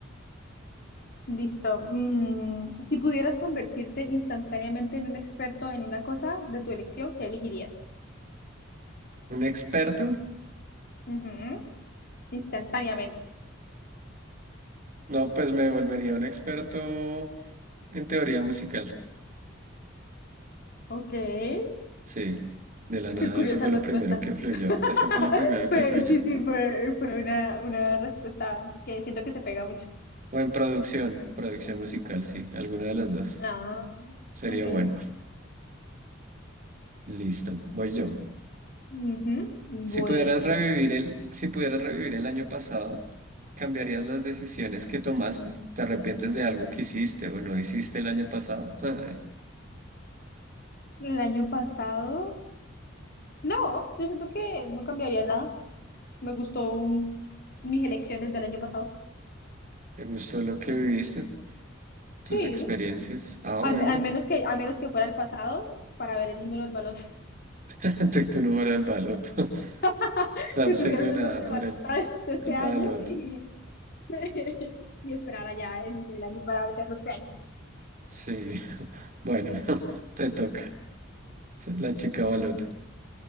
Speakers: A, on the left; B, on the right.
A: Listo. Mm, si pudieras convertirte instantáneamente en un experto en una cosa de tu elección, ¿qué elegirías?
B: ¿Un experto?
A: Ujú. Instantáneamente.
B: No, pues me volvería un experto en teoría musical.
A: Ok, qué
B: Sí, de la nada,
A: curiosa
B: eso fue
A: respuesta.
B: lo primero que fluyó.
A: <laughs>
B: Eso fue lo primero
A: Fue-
B: que fluyó.
A: sí, sí, fue, fue una, una respuesta que siento que te pega mucho.
B: O en producción, producción musical, sí, alguna de las dos.
A: Ah,
B: Sería
A: ok.
B: bueno. Listo, voy yo.
A: Ujú. Bueno,
B: Si pudieras revivir el, si pudieras revivir el año pasado, ¿cambiarías las decisiones que tomaste? ¿Te arrepientes de algo que hiciste o no hiciste el año pasado? Ay,
A: el año pasado, no, yo siento que no cambiaría nada. Me gustó un- mis elecciones del año pasado.
B: ¿te gustó lo que viviste?
A: Sí,
B: ¿Tus experiencias? Ah,
A: al,
B: bueno.
A: al menos que, al menos que fuera el pasado para ver el número del balón,
B: <laughs> Tu, tu número del baloto. <laughs>
A: <laughs>
B: Está
A: que
B: obsesionada
A: tuviera el número de
B: por
A: balota
B: el,
A: de, de este
B: el baloto.
A: año y <laughs> y esperar allá el, el año para hacerlo este año.
B: Sí. <laughs> Bueno, <laughs> te toca. La chica balota.